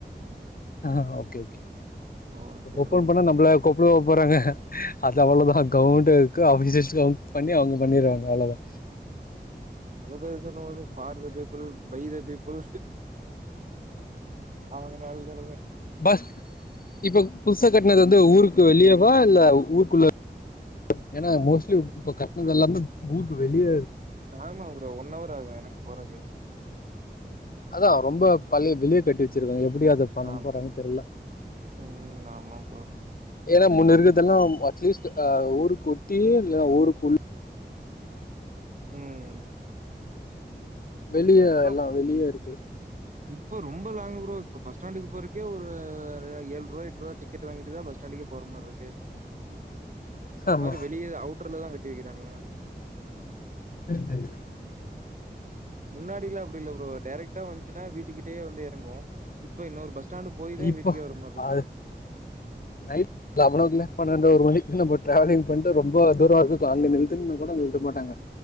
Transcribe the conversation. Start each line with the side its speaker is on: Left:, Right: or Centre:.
Left: ஆ okay okay
Right: okay
Left: open
Right: bro
Left: பண்ணா நம்மள கூப்டவா போறாங்க அது அவ்ளோதா கவர்மெண்ட் இருக்கு ஆஃபீஸர்ஸ பண்ணி அவங்க பண்ணிருவாங்க அவ்ளோதா
Right: நல்லது சொன்ன போது for the people by the people அவ்ங்க நல்ல
Left: ப இப்போ புதுசா கட்ன து ஊருக்கு வெளியவா இல்ல ஊருக்குள்ள ஏன்னா மோஸ்ட்லி இப்ப கட்னதெல்லாமே ஊருக்கு வெளிய
Right: ஆமா ப்ரோ ஒன் அவர் ஆகு எனக்கு போறக்கு
Left: அதா ரொம்ப பழிய வெளிய கட்டி வச்சிருக்காங்க முடியாது என்ன
Right: ஆம்
Left: போறாங்கன் தெர்ல
Right: ம் ஆமா ப்ரோ
Left: ஏனா முன்னு இருக்கதெல்லாம் அட்லீஸ்ட் ஆ ஊருக்கொட்டியே இல்ல ஊருக்குள் <inaudible>
Right: ம்
Left: வெளிய
Right: இப்ப
Left: எல்லா வெளிய இருக்கு
Right: இப்போ ரொம்ப லாங் ப்ரோ இப்போ பஸ் ஸ்டாண்டுக்கு போறக்கே ஒரு ஏழ்ருவா எட்ருவா டிக்கெட்டு வாங்கிட்டுதா பஸ் ஸ்டாண்டுக்கே போற மார் இருக்கு இந்த
Left: ஆமா
Right: மாரி வெளிய அவு ட்ரல்லதா கட்டி வெக்கிறானுங்க
Left: செர் செரி
Right: முன்னாடில்லா இப்டி இல்ல ப்ரோ டேரெக்டெடா வந்ச்சுன்னா வீட்டுக்கிட்டயே வந்து எறங்குவோ இப்ப இன்னொரு பஸ் ஸ்டாண்டு போய் தான்
Left: இப்போ
Right: வீட்டுக்கே வர மாரி இருக்கு.
Left: அது நைட் <unintelligible> லவனோ கிளாக் பன்னண்டு ஒரு மணிக்கி நம்ம டிராவலி்ங் பண்ணிட்டு ரொம்ப தூரோ இருக்கு அங்க நிறுத்துன்னா கூட நிறுத்த மாட்டாங்க